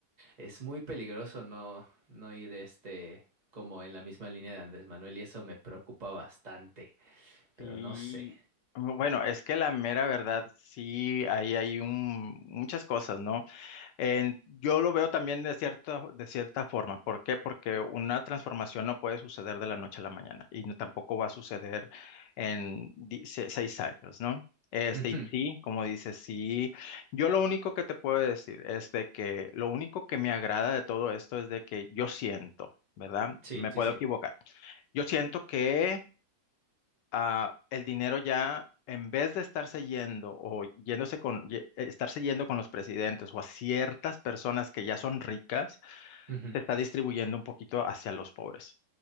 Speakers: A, on the right; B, on the left.
A: es muy peligroso no, no ir este como en la misma línea de Andrés Manuel y eso me preocupa bastante, pero
B: Sí,
A: no sé.
B: bueno, es que la mera verdad, sí, ahí hay un, muchas cosas, ¿no? En- yo lo veo también de cierta, de cierta forma. ¿Por qué? Porque una transformación no puede suceder de la noche a la mañana y no- tampoco va a suceder en di- se- seis años, ¿no? Este,
A: Ujú,
B: y sí, como dices, sí. Yo lo único que te puedo decir es de que lo único que me agrada de todo esto es de que yo siento, ¿verdad?
A: Sí,
B: Me
A: sí,
B: puedo
A: sí.
B: equivocar. Yo siento que ah, el dinero ya, en vez de estarse yendo o yéndose con, ye- eh, estarse yendo con los presidentes o a ciertas personas que ya son ricas,
A: ujú,
B: se está distribuyendo un poquito hacia los pobres.